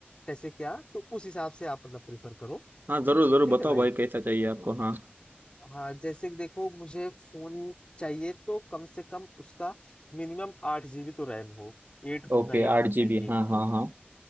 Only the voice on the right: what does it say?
हाँ जरूर जरूर
बताओ
भाई कैसा चाहिए आपको हाँ
ओके
आठ
जी बी हाँ हाँ हाँ